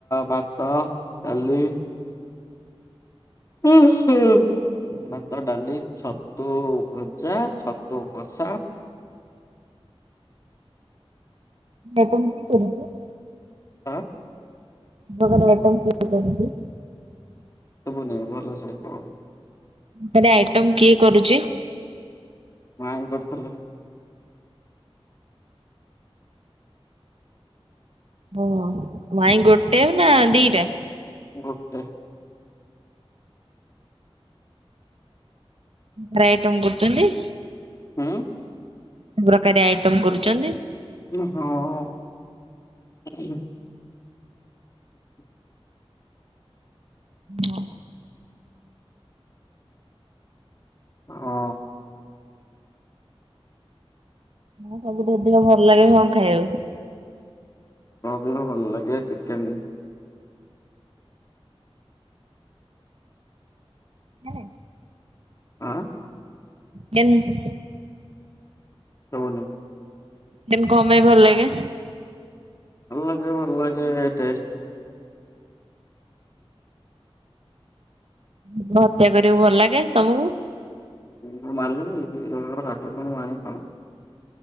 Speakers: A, on the left; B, on the right.
A: ଭାତ, ଡାଲି। ଉୁଁ ହୁଁ। ଭାତ ଡାଲି ଛତୁ ଭଜା ଛତୁ କଷା।
B: ଏବଂ କରୁଛୁ।
A: ଆଁ।
B: ଭଲ ରେ ଆଇଟମ୍ ତିଆରିକରୁଚି।
A: ଶୁବୁନି ଭଲ ସହିତ।
B: ହେଟି ଆଇଟମ କିଏ କରୁଛି?
A: ମାଇଁ କରୁଥିଲେ।
B: ହଁ ମାଇଁ ଗୋଟେ ନା ଦିଟା?
A: ଗୋଟେ।
B: ଘରେ ଆଇଟମ୍ କରୁଚନ୍ତି।
A: ଉୁଁ।
B: ସବୁ ପ୍ରକାରେ ଆଇଟମ କରୁଛନ୍ତି?
A: ହଁ। ହ।
B: ହଁ।
A: ହଁ।
B: ତମକୁ ସବୁଠୁ ଅଧିକ ଭଲ ଲାଗେ କଣ ଖାଇବାକୁ?
A: ଅଧିକ ଭଲ ଲାଗେ ଚିକେନ୍‌।
B: କେନେ।
A: ଆଁ।
B: କେନ୍!
A: <unintelligible>
B: ଦେନ କମେଇ ଭଲ ଲାଗେ?
A: ଭଲ ଲାଗେ ଭଲ ଲାଗେ ଟେଷ୍ଟ।
B: ଯିବ ହତ୍ୟା କରିବାକୁ ଭଲ ଲାଗେ ତମକୁ?
A: ମୁଁ ମାରୁଚିକି କି ଜଣଙ୍କର କାଟୁଥିଲା ମୁଁ ଆଣିକି ଖାଉଛି।